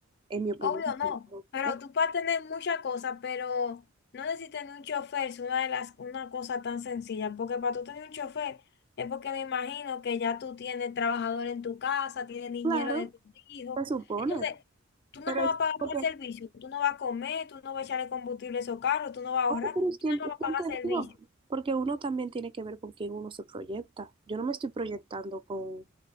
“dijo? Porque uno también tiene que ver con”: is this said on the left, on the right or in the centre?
Right